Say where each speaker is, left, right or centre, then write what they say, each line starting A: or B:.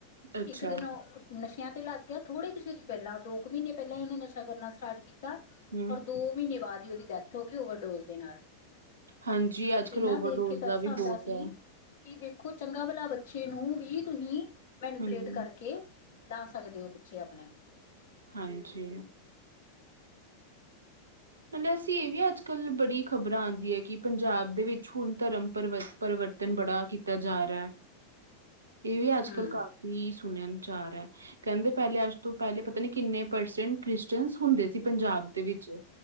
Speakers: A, on the right (about 70°); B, on the left (about 55°).
A: ਅੱਛਾ
B: ਇੱਕ ਦਿਨ ਓਹ ਨਸ਼ਿਆਂ ਤੇ ਲੱਗ ਕੈ ਥੋੜੇ ਕਿਸੇ ਦੀ ਗੱਲਾ ਦੋ ਕੁ ਮੀਨੇ ਪੈਲਾਂ ਔਨੇ ਨਸ਼ਾ ਕਰਨਾ ਸਟਾਰਟ ਕੀਤ ਤਾ
A: ਹਮ
B: ਔਰ ਦੋ ਮੀਨੇ ਬਾਦ ਹੀ ਓਦੀ ਡੈਥ ਹੋ ਗੀ, ਔਵਰਡੋਜ਼ ਦੇ ਨਾਲ।
A: ਹਾਂਜੀ ਅੱਜ ਕੱਲ
B: ਇਨਾ
A: ਓਵਰਡੋਜ਼
B: ਦੇਖ ਕੇ ਤਰਸ
A: ਦਾ ਵੀ
B: ਆਂਦਾ
A: ਬਹੁਤ
B: ਸੀ।
A: ਹੈ
B: ਕੀ ਵੇਖੋ ਚੰਗਾ ਭਲਾ ਬੱਚੇ ਨੂੰ ਵੀ ਤੁਸੀਂ ਮੈਨੀਪੂਲੇਟ
A: ਹਮ
B: ਕਰਕੇ ਲਾ ਸਕਦੇ ਔ ਪਿੱਛੇ ਅਪਣੇ।
A: ਹਾਂਜੀ, ਮਲੇ ਅਸੀਂ ਇਹ ਵੀ ਅੱਜ ਕੱਲ੍ਹ ਬੜੀ ਖ਼ਬਰਾਂ ਆੰਦੀ ਐ ਕਿ ਪੰਜਾਬ ਦੇ ਵਿੱਚ ਹੁਣ ਧਰਮ ਪਰਿਵ ਪਰਿਵਰਤਨ ਬੜਾ ਕੀਤਾ ਜਾ ਰਿਐ। ਏਹ ਵੀ ਅੱਜ-ਕੱਲ੍ਹ
B: ਹਮ
A: ਕਾਫ਼ੀ ਸੁਣਯਨ ਚ ਆ ਰੇਐ। ਕੈੰਦੇ ਪੈਲੇ ਅੱਜ ਤੋਂ ਪੈਲੇ ਪਤਾ ਨੀ ਕਿੰਨੇ ਪਰਸੈਂਟ ਕ੍ਰਿਸਚਨ ਹੁੰਦੇ ਸ ਸੀ ਪੰਜਾਬ ਦੇ ਵਿੱਚ।